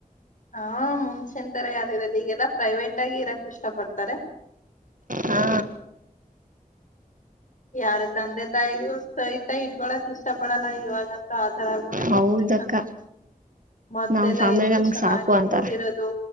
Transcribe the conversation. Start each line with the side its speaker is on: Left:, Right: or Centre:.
Left: ಹಾ ಮುಂಚೆ ತರ ಯಾರ್ದು ಇರೋದು ಈಗೆಲ್ಲಾ ಪ್ರೈವೇಟ್ ಆಗಿ ಇರಕ್ ಇಷ್ಟ ಪಡ್ತಾರೆ
Right: ಹಾ
Left: ಯಾರು ತಂದೆ ತಾಯಿಗ ಸಹತಾ ಇಟ್ಕೊಳಕ್ ಇಷ್ಟ ಪಡಲ್ಲ ಇವಾಗ ಹತರಬ
Right: ಹೌದಕ್ಕ
Left: ಮೊದ್ಲೆಲ್ಲ
Right: ನಮ್ ಫ್ಯಾಮಿಲಿ
Left: ಎಷ್ಟು
Right: ನಮ್ಗ್
Left: ಚೆನ್ನಾಗಿ
Right: ಸಾಕು ಅಂತಾರ
Left: ಕೂಡಿರೋದು